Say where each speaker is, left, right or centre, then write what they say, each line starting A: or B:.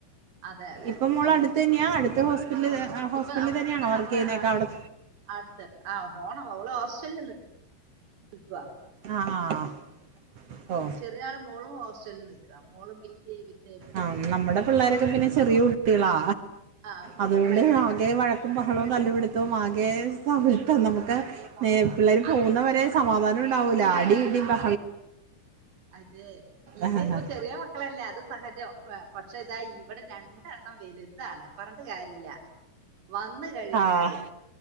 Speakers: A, on the right; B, on the right.
A: അതെ അതെ
B: ഇപ്പം മോള്
A: അത്
B: അടുത്ത്
A: നോക്കണം
B: തന്നെയാ അടുത്ത് ഹോസ്പിറ്റൽ ഹോസ്പിറ്റൽ
A: ഇപ്പൊ
B: തന്നെയാണോ
A: ഇപ്പൊ
B: വർക്ക്
A: നമ്മളെ
B: ചെയ്യുന്നേക്ക അവിടെ
A: അടുത്ത് ആഹ് പോണ ഓള് ഹോസ്റ്റലിൽ നി നിക്കുവാ
B: ആഹ് ആഹ് ഓഹ്
A: <unintelligible> മോളും ഹോസ്റ്റലിൽ നിക്കുക മോളും ബി ബി എ വിത്ത്‌
B: ആഹ് നമ്മടെ പിള്ളേരൊക്കെ പിന്നെ ചെറിയ കുട്ടികളാ
A: ആ കുഞ്ഞുങ്ങളല്ലേ
B: അതുകൊണ്ട് ആകെ വഴക്കും ബഹളോം തല്ല്പിടുത്തവും ആകെ <unintelligible> നമുക്ക്
A: അയ്യോ മോ
B: പിള്ളേർ
A: ആ,
B: പോകുന്നവരെ സമാധാനം ഉണ്ടാവുല്ല അടി ഇടി ബ
A: അതെ ഇത്
B: ആഹ്
A: ഇപ്പൊ ചെറിയ മ മക്കളല്ലേ അത് സഹജം പക്ഷെ ഇതാ ഇവിടെ രണ്ടെണ്ണം വലുത് താണ് പറഞ്ഞിട്ട് കാര്യല്ല വന്ന് കഴിഞ്ഞാല്
B: ആഹ്